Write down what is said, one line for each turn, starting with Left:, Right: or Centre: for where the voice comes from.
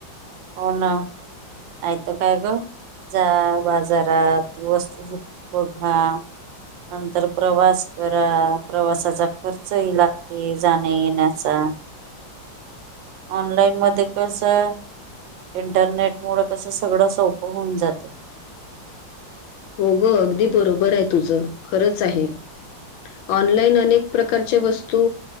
Right: हो ना यत काय ग. जा बाजारात त वस्तू बघा. नंतर प्रवास करा प्रवासाचा खर्चही लागते जाण्या येण्यास. अचछ.
Left: म
Right: ऑनलाईन मध्ये कसं. इंटरनेट मुळ कसं सगळं सोपं होऊन जाते
Left: हो गं अगदी बरोबर आहे तुझं खरंच आहे ऑनलाईन अनेक प्रकारचे वस्तू